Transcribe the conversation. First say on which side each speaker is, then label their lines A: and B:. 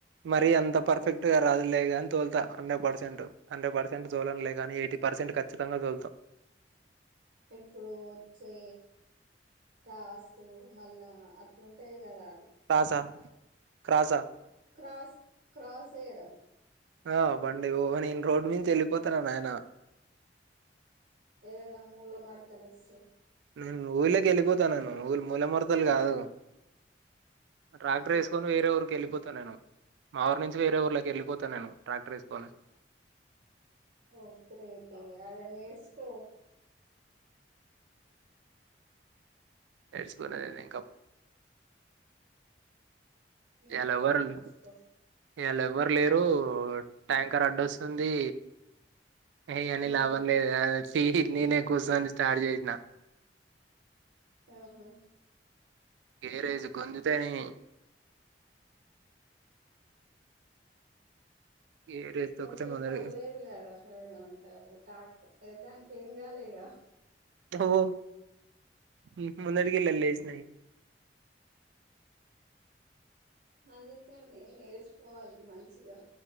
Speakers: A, on the right; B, on the right.
A: మరీ అంత పర్ఫెక్ట్ గా రాదు లేగాని తోల్తా హండ్రెడ్ పర్సెంట్, హండ్రెడ్ పర్సెంట్ తోలనులేగని ఎయిటి పర్సెంట్ ఖచ్చితంగా తోల్తా
B: ఇప్పుడు వచ్చే కాస్తు మళ్ళా అట్లుంటది గదా
A: తాసా క్రాసా
B: క్రాస్ క్రాస్ చేయడం
A: ఆ బండి ఓ నేను రోడ్డు మించి వెళ్ళిపోతరా నాయన
B: ఏదన్న మూల మడతలొస్తయ్
A: నేను ఊళ్ల కెళ్ళిపోతా నేను ఊళ్ మూల మడతలు గాదు ట్రాక్టర్
B: ఉమ్,
A: ఏసుకొని వేరే ఊరికెళ్ళిపోతా నేను, మా ఊరి నుంచి వేరే ఊర్లకెళ్ళిపోత్ త నేను ట్రాక్టరేస్కొని
B: ఓ గ్రేటె ఆడ నేర్స్కో
A: నేర్చుకునేది ఇంకా
B: నేర్చుకో
A: ఇయాలెవ్వరుండే
B: నేర్చుకో
A: ఇయాళ ఎవ్వరు లేరు ట్యాంకర్ అడ్డోస్తుంది ఎహ్ ఇయన్ని
B: ఉమ్,
A: లాభం లేదు గని స్టీరింగ్ నేనే కూసోని స్టార్ట్ చేసిన
B: ఆహా
A: గేరేసి గుంజుతే నీ గేరేజ్ తొక్కితే
B: ఓకే
A: ముందడి
B: పర్లేదు కదా ఏమంటారు ట్రాక్ట దానికి ఏం ఖాళీగా
A: తూ <inaudible> మున్నాటికిల లేసన్నా
B: అందుకనే నేర్చుకోవాలి మంచిగా